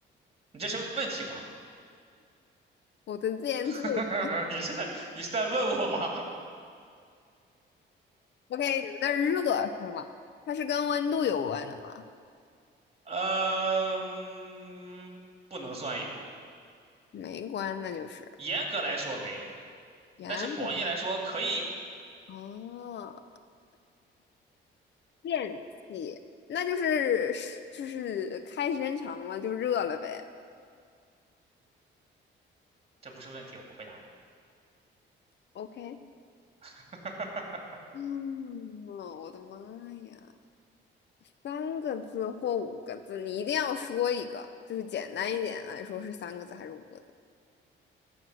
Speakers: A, on the right; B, on the left.
A: 你这是问题吗？
B: 我的自言自语
A: <laughs> 你是在你是在问我吗？
B: ，OK，有点热是吗？它是跟温度有关的吗？
A: <laughs> 呃，嗯不能算有，
B: 没关，那就是
A: 严格来说没有，
B: 盐种
A: 但是广义来说可以有。
B: 哦，电器，那就是是就是开时间长了就热了呗。
A: 这不是问题，我不回答你。
B: OK，
A: <laughs>
B: 嗯，我的妈呀！三个字或五个字，你一定要说一个，就是简单一点来说是三个字还是五个字？